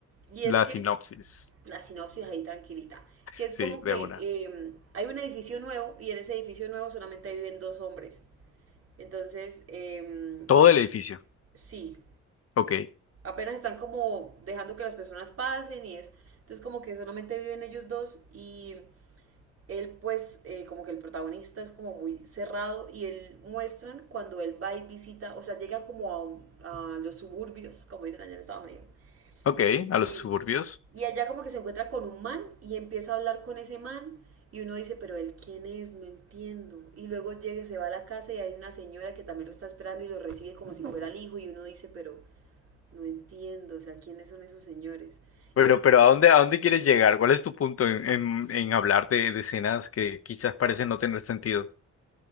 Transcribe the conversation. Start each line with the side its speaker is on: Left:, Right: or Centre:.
Right: Y es
Left: la
Right: que,
Left: sinopsis.
Right: la sinopsis ahí tranquilita, que es
Left: Sí,
Right: como
Left: de
Right: que
Left: una.
Right: eh, hay un edificio nuevo y en ese edificio nuevo solamente viven dos hombres. Entonces, em,
Left: Todo el edificio.
Right: sí,
Left: Ok,
Right: Apenas están como dejando que las personas pasen y eso. Entonces como que solamente viven ellos dos y él pues eh, como que el protagonista es como muy cerrado y él muestran cuando él va y visita, o sea, llega como a, un- a los suburbios, como dicen allá en Estados Unidos.
Left: ok,
Right: Y,
Left: a los suburbios.
Right: y allá como que se encuentra con un man y empieza a hablar con ese man y uno dice, pero él quién es, no entiendo. Y luego llega, y se va a la casa y hay una señora que también lo está esperando y lo recibe como si fuera el hijo y uno dice, pero no entiendo, o sea, ¿quiénes son esos señores?
Left: Pero,
Right: Y bueno,
Left: pero
Right: uno que
Left: ¿a dónde, a dónde quieres llegar? ¿Cuál es tu punto en, en, en hablar de, de escenas que quizás parecen no tener sentido?